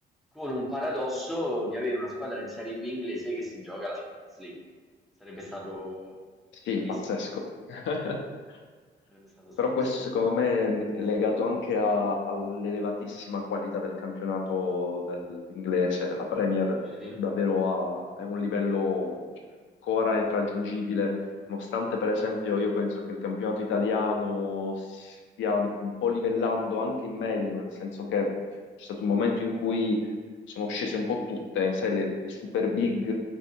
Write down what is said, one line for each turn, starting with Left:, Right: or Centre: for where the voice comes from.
Centre: con un paradosso di avere una squadra di Serie B inglese che si gioca la Champions League. Sarebbe stato
Left: sì,
Centre: stranissimo.
Left: pazzesco. <laughs>
Centre: Sarebbe stato stranissimo.
Left: Però questo secondo me mh, è legato anche a- all'elevatissima qualità del campionato dell'inglese. La Premier
Centre: Credi?
Left: davvero ha, è un livello cioè, ancora irraggiungibile, nonostante per esempio io penso che il campionato italiano stia un po' livellando anche in meglio, nel senso che c'è stato un momento in cui sono scese un po' tutte, sai, le, le super big,